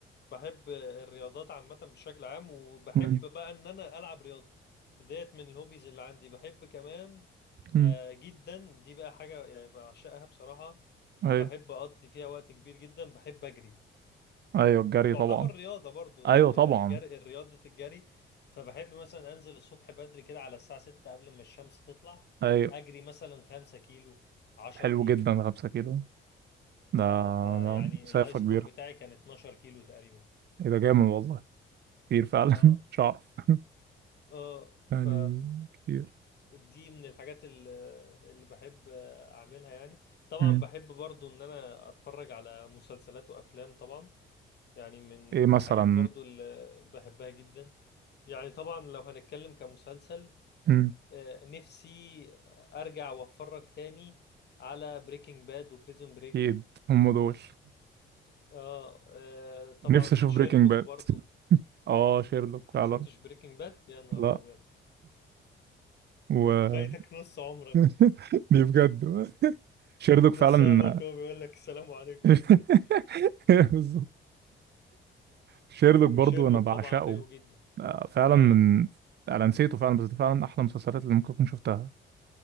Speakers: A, on the left; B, on the right.
A: بحب الرياضات عامة بشكل عام وبحب
B: امم
A: بقى ان انا العب رياضة ديت من الهوبيز اللي عندي بحب كمان
B: أمم.
A: آه جدا دي بقى حاجة يعني بعشقها بصراحة وبحب
B: ايوه
A: اقضي فيها وقت كبير جدا بحب اجري
B: ايوه الجري
A: تعتبر
B: طبعا
A: رياضة برضو
B: ايوه
A: ري-
B: طبعا
A: يعني جري رياضة الجري فبحب مثلا انزل الصبح بدري كده على الساعة 6 قبل ما الشمس تطلع
B: ايوه
A: اجري مثلا 5 كيلو 10
B: حلو
A: كيلو
B: جدا 5 كيلو ده
A: اه فيعني
B: ده مسافة
A: الهاي سكور
B: كبيرة
A: بتاعي كان 12 كيلو تقريبا
B: ايه ده جامد والله كتير فعلا
A: اه
B: <laughs> مش عارف
A: اه
B: يعني
A: ف
B: كتير
A: دي من الحاجات اللي اللي بحب اعملها يعني طبعا
B: مم.
A: بحب برضو ان انا اتفرج على مسلسلات وافلام طبعا يعني من
B: ايه مثلا
A: الحاجات برضو اللي بحبها جدا يعني طبعا لو هنتكلم كمسلسل
B: مم.
A: آه، نفسي ارجع واتفرج تاني على بريكنج باد وبريزون بريك
B: اكيد هم دول
A: اه آه، طبعا
B: نفسي اشوف
A: شيرلوك
B: بريكنج باد
A: برضو
B: اه شيرلوك
A: انت
B: فعلا
A: ما شفتش بريكنج باد يا نهار
B: لا
A: ابيض
B: و
A: ده فايتك نص عمرك
B: <laughs> دي بجد شيرلوك
A: نص
B: فعلا
A: عمرك هو بيقول لك السلام عليكم
B: <laughs>
A: <laughs>
B: بالظبط شيرلوك برضو
A: وشيرلوك
B: انا بعشقه
A: طبعا حلو جدا
B: آه، فعلا
A: اه
B: من انا نسيته فعلا بس ده فعلا احلى مسلسلات اللي ممكن اكون شفتها